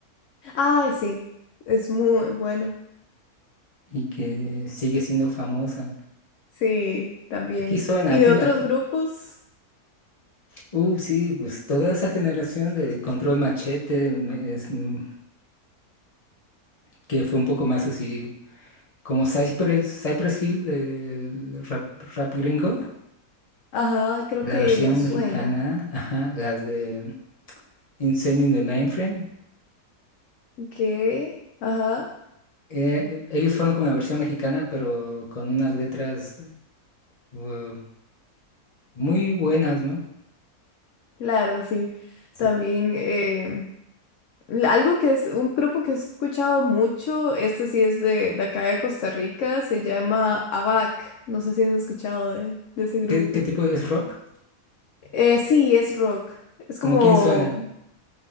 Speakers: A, on the left; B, on the left.
A: Ah, sí, es muy buena.
B: y que sigue siendo famosa.
A: Sí, también.
B: Aquí suena,
A: ¿Y
B: aquí,
A: de otros
B: ac-
A: grupos?
B: uh, sí, pues toda esa generación de Control Machete, me- es, mm, que fue un poco más así, como Cypress, Cypress Hill del rap, rap gringo,
A: Ajá, creo
B: la
A: que
B: versión
A: me suena.
B: mexicana, ajá, las de Insane in the Mainframe.
A: ¿Qué? Ajá,
B: Eh, ellos fueron con la versión mexicana, pero con unas letras uh, muy buenas, ¿no?
A: claro, sí.
B: Sí.
A: También em, L- Algo que es un grupo que he escuchado mucho, este sí es de, de acá de Costa Rica, se llama ABAC. No sé si has escuchado de, de ese grupo.
B: ¿Qué, qué tipo de- es rock?
A: Eh, sí, es rock. Es
B: Como
A: como...
B: quién suena,